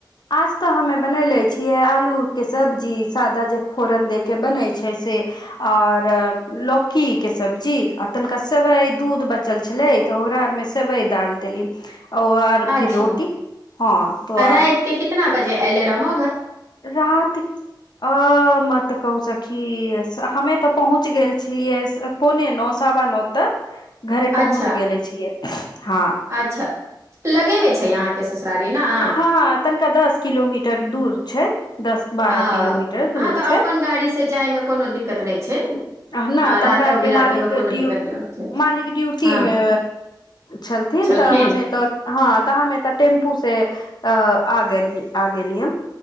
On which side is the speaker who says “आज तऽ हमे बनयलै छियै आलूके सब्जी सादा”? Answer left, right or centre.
Left